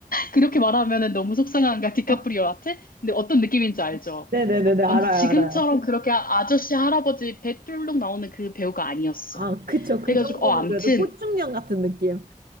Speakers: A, on the left; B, on the right.
A: 그렇게 말하면은 너무 속상한가, 디카프리오한테?
B: 아,
A: 근데 어떤 느낌인지 알죠?
B: 네네네네, 알아요,
A: 완전 지금처럼
B: 알아요.
A: 그렇게 아저씨, 할아버지 배 뚫룩 나오는 그 배우가 아니었어.
B: 아, 그쵸. 그
A: 그래가지고,
B: 정도는
A: 어, 암튼,
B: 그래도 꽃중년 같은 느낌.